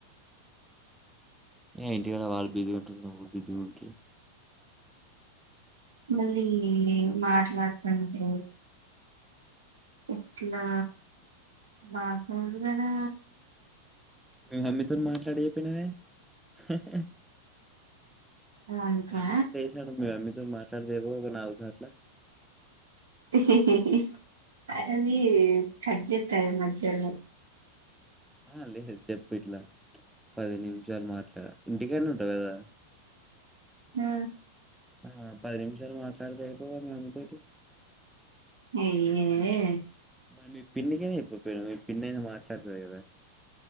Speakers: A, in the centre; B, on the right.
A: ఏ ఇంటి కదా వాళ్ళు బిజీ ఉంటరు నువ్ బిజి ఓకే
B: మళ్ళీ మ వాతంటే ఎట్లా బాగదు కదా
A: మీ మమ్మితో మాట్లాడికపోయినావే హు హు
B: అందుకా
A: మైమ్యా తెసానడు మీ మమ్మీతో మా తరదేవో నావుసనట్ల
B: తే హే హే హి అది కట్ చెత్తది మా చెల్లె
A: ఆ లేదు చెప్పు ఇట్లా పది నిమిషాలు మాట్లాడ ఇంటికనే ఉంటావు కదా
B: ఆ
A: ఆ పది నిమిషాలు మాట్లాడతే అయిపోవ్గ మనతోటి
B: అయియుయురే
A: మరి మీ పిన్నికి కైనా చొప్పగా పోయినవా మీ పిన్ని అయినా మాట్లాడతాది కదా